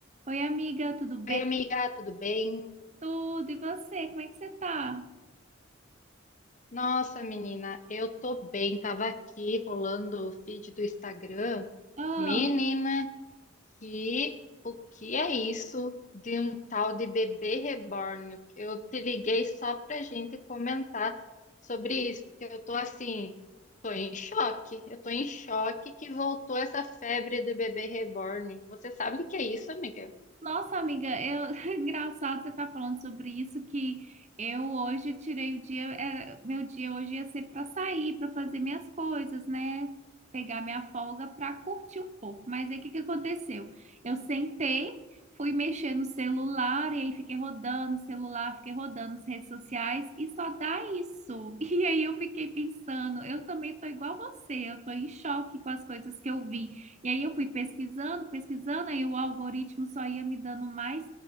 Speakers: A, on the right; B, on the left.
A: Oi, amiga, tudo bem?
B: Oi, amiga, tudo bem?
A: Tudo, e você? Como é que você tá?
B: Nossa, menina, eu tô bem. Tava aqui rolando o feed do Instagram.
A: Ah,
B: Menina, que o que é isso de um tal de bebê reborn? Eu te liguei só pra gente comentar sobre isso, porque eu tô assim, tô em choque. Eu tô em choque que voltou essa febre de bebê reborn. Você sabe o que é isso, amiga?
A: Nossa, amiga, eu... <laughs> engraçado você estar falando sobre isso, que eu hoje tirei o dia, era- meu dia hoje ia ser para sair, para fazer minhas coisas, né? Pegar minha folga para curtir um pouco. Mas aí o que que aconteceu? Eu sentei, fui mexer no celular, e aí fiquei rodando o celular, fiquei rodando as redes sociais, e só dá isso. <laughs> E aí eu fiquei pensando, eu também tô igual você, eu tô em choque com as coisas que eu vi. E aí eu fui pesquisando, pesquisando, aí o algoritmo só ia me dando mais